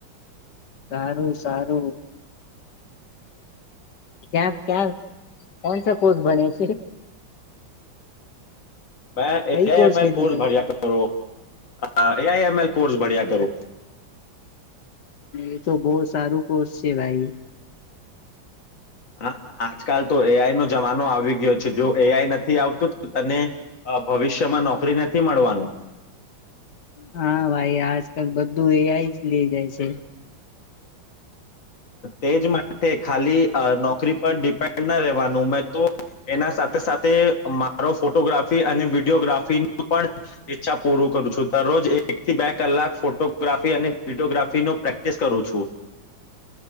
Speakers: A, on the left; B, on the left.
A: સારું સારું ક્યા ક્યાં કોણસા કોષ બને છે.
B: મે
A: કઈ
B: એઆઈમલ
A: લીધું
B: કોર્સ ભણ્યા કરો એઆઈએમલ કોર્સ ભણ્યા
A: તમે
B: કરો
A: એ તો બહુ સારું કોર્સ છે ભાઈ
B: હા આજકાલ તો એ આઈ નો જમાનો આવી ગયો જો એ આઈ નથી આવતું તને ભવિષ્યમાં નોક નોકરી નથી મળવાનું.
A: હા ભાઈ આજકાલ બધું એ આઈ જ લે જાય છે.
B: તેજ માટે ખાલી નોકરી પર ડિપેન્ડ ના રહેવાનું મેં તો એના સાથે સાથે મારો ફોટોગ્રાફી અને વિડીયોગ્રાફીનું પણ ઈચ્છા પૂરું કરું છું દરરોજ એક થી બે કલાક ફોટોગ્રાફી અને વિડીયોગ્રાફીનો પ્રેક્ટિસ કરું છું.